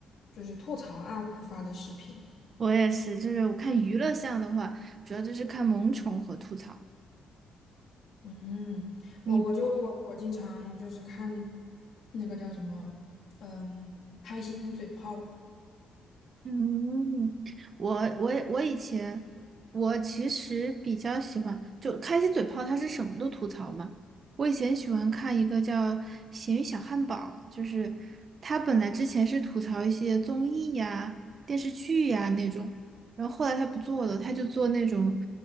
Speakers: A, on the left; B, on the right.
A: 就是吐槽 UP 发的视频。
B: 我也是，就是我看娱乐项的话，主要就是看萌宠和吐槽。
A: 嗯，
B: 你
A: 我我就我我经常就是看那个叫什么，嗯，开心嘴炮。
B: 嗯，我我也我以前我其实比较喜欢，就开心嘴炮，他是什么都吐槽嘛。我以前喜欢看一个叫《咸鱼小汉堡》，就是他本来之前是吐槽一些综艺呀、电视剧呀那种，然后后来他不做了，他就做那种